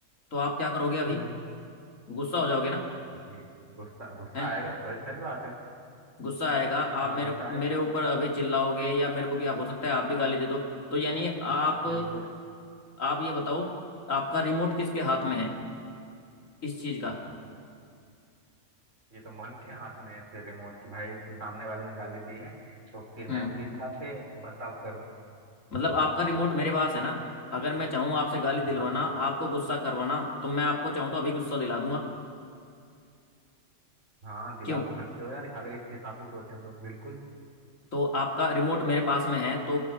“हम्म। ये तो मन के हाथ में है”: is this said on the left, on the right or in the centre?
Right